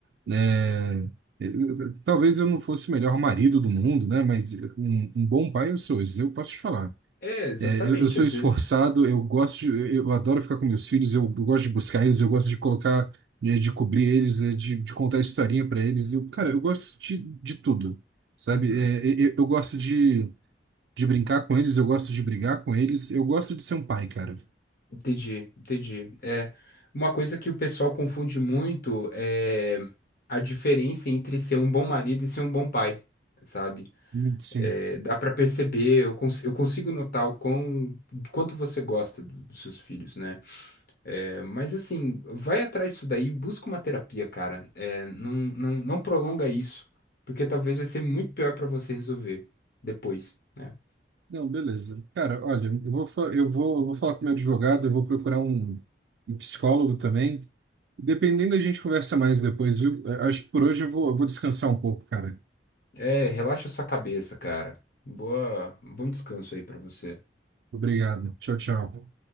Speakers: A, on the right; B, on the left.
A: né? Eu- eu- Talvez eu não fosse o melhor marido do mundo, né? Mas um, um bom pai eu sou, isso eu posso te falar.
B: É, exatamente.
A: É, eu, eu sou
B: Às
A: esforçado,
B: vezes.
A: eu gosto, de- eu, eu adoro ficar com meus filhos, eu, eu gosto de buscar eles, eu gosto de colocar, eh, de cobrir eles, eh, de, de contar historinha para eles. Eu, cara, eu gosto de, de tudo, sabe?
B: Uhum. uhum.
A: É, eu, eu gosto de, de brincar com eles, eu gosto de brigar com eles, eu gosto de ser um pai, cara.
B: Entendi, entendi. É, uma coisa que o pessoal confunde muito é a diferença entre ser um bom marido e ser um bom pai, sabe?
A: Hum, Sim.
B: É, dá pra perceber, eu, cons- eu consigo notar o quão, quanto você gosta do- dos seus filhos, né? É, mas assim, vai atrás disso daí, busca uma terapia, cara. É, não, não, não prolonga isso, porque talvez vai ser muito pior pra você resolver depois, né?
A: Não, beleza. Cara, olha, eu vou, fa- eu vou, eu vou falar com meu advogado, eu vou procurar um, um psicólogo também. Dependendo, a gente conversa mais depois, viu? Eh, Acho que por hoje eu vou, eu vou descansar um pouco, cara.
B: É, relaxa sua cabeça, cara. Boa, bom descanso aí pra você.
A: Obrigado. Tchau, tchau.